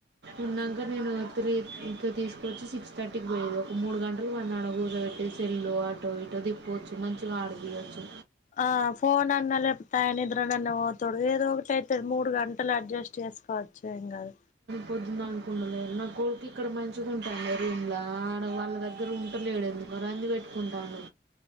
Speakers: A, on the right; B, on the left.
A: ఉన్నాక నేను త్రీ ఇంకా తీసుకొచ్చి సిక్స్ థర్టీకి పోయేది మూడు గంటలు వాడ్ని ఆడ కూసోబేట్టి సెల్లు ఆటో ఇటో దిప్పవచ్చు మంచిగ ఆడి పీయచ్చు
B: ఆ ఫోన్ అన్న లేప్తాయనిద్ర నన్ను ఓతుడు ఏదో ఒకటి అయితది మూడు గంటలు అడ్జస్ట్ చేస్త పచ్చ ఎం కాద్
A: పొద్దుంద అనుకుండలేదు నా కొడుకు ఇక్కడ మంచిగా ఉంటాను రూమ్లా ఆడ వాళ్ళ దగ్గర ఉండలేడు ఎందుకు రంది పెట్టుకుంటాను